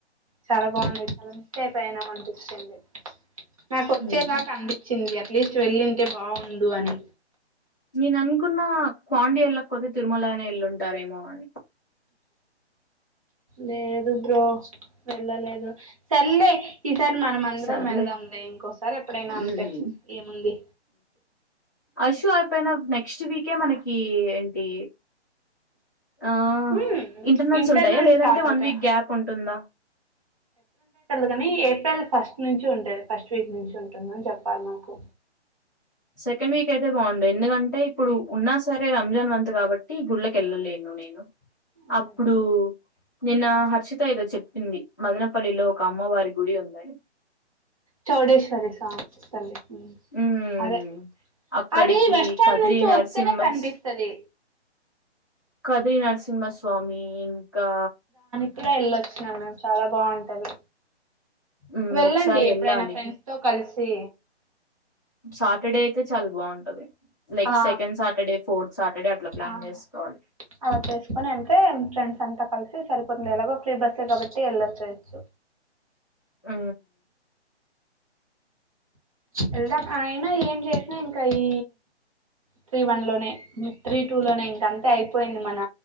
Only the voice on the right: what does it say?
చాలా బాగున్నాయి చాలా మిస్ట్ అయిపోయానా అనిపిస్తుంది నాకు వచ్చేదాకా
అనిపచ్చింది అట్లీస్ట్ వెళ్ళింటే బాగుడు అని
లేదు బ్రో వెళ్ళ లేదు సెల్లె సారి మనంమందరం
వెళ్దాం లే ఇంకోసారి ఎప్పుడైనా
అంతే ఏముంది
హ్మ్
ఇంటర్నల్
స్టార్ట్
అవుతాయి
కాని ఏప్రిల్ ఫస్ట్ నుంచి ఉంటది ఫస్ట్ వీక్ నుంచి ఉంటుందని చెప్పారూ మాకు
మ్మ్.
చౌడేశ్వరి తల్లి
అదే
అది బస్ స్టాండ్
నుంచి
వస్తేనే కనిపిస్తుంది
ఇక్కడ వెళ్ళొచ్చినం మేము చాలా బాగుంటది
వెళ్ళండి
ఎప్పుడైనా ఫ్రెండ్స్ తో కలిసి
ఆ
ఆ
అలా చేసుకొని వెళ్తే ఫ్రెండ్స్ అంతా కలిసి సరిపోతుంది ఎలాగో ఫ్రీ బస్సే కాబట్టి చ్చ ఎలా చచ్చ
వెళ్దాం ఆయన ఏం చేసినా ఇంకా అయ త్రీ వన్ లోనే త్రీ టూ లోనే ఇంక అంతే అయిపోయింది మన